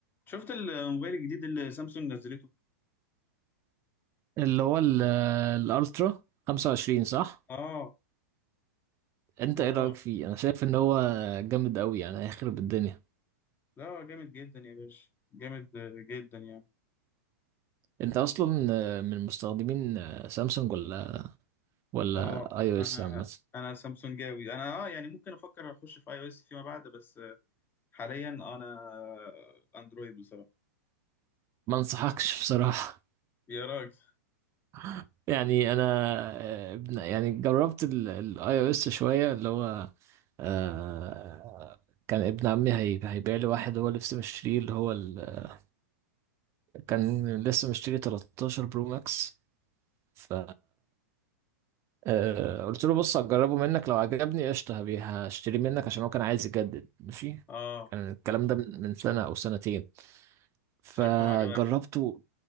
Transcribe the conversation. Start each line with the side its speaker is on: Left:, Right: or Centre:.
Left: شفت الموبايل الجديد اللي سامسونج نزلته
Right: اللي هو ال- الالترا 25 صح
Left: اه
Right: انت
Left: اه
Right: ايه رايك فيه انا شايف ان هو جامد قوي يعني هيخرب الدنيا
Left: لا هو جامد جدا يا باشا جامد جدا يعني
Right: انت اصلا آه، من مستخدمين آه، سامسونج ولا ولا
Left: اه
Right: اي او
Left: انا
Right: اس عامه
Left: انا سامسونجاوي انا اه يعني ممكن افكر اخش في اي او اس فيما بعد بس حاليا انا اندرويد بصراحه
Right: ما انصحكش بصراحه
Left: يا راجل
Right: <laughs> يعني انا آه، ابن- يعني جربت الاي او اس شويه اللي هو آه، كان ابن عمي هي- هيبيع لي واحد هو لسه مشتريه اللي هو ال... كان لسه مشتري 13 برو ماكس ف آه، قلت له بص هجربه منك لو عجبني قشطة هبي- هشتري منك عشان هو كان عايز يجدد ماشي
Left: اه
Right: كان الكلام ده من من سنة أو سنتين فجربته
Left: شكله ما عجبكش